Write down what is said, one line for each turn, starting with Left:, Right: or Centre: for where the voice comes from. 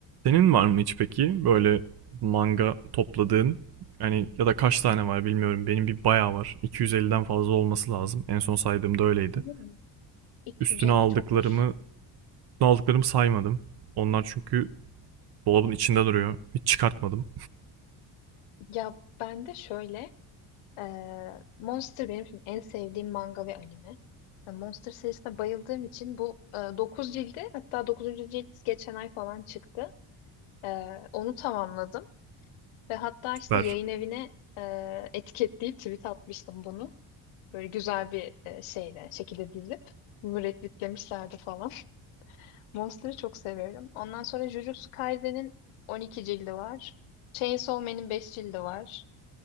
Right: Senin var mı hiç peki böyle manga topladığın? Yani ya da kaç tane var bilmiyorum. Benim bir bayağı var. 250'den fazla olması lazım. En son saydığımda öyleydi.
Left: Hmm, 250
Right: Üstüne aldıklarımı,
Left: çokmuş.
Right: üstüne aldıklarımı saymadım. Onlar çünkü dolabın içinde duruyor. Hiç çıkartmadım.
Left: Ya ben de şöyle e, Monster benim şimdi en sevdiğim manga ve anime. E, Monster serisine bayıldığım için bu e, 9 cildi hatta 9. cilt geçen ay falan çıktı. E, onu tamamladım ve hatta
Right: Süper.
Left: işte yayın evine e, etiketleyip tweet atmıştım bunu. Böyle güzel bir e, şeyle, şekilde dizip müretritlemişlerdi falan. <laughs> Monster'ı çok severim. Ondan sonra Jujutsu Kaisen'in 12 cildi var. Chainsaw Man'in 5 cildi var.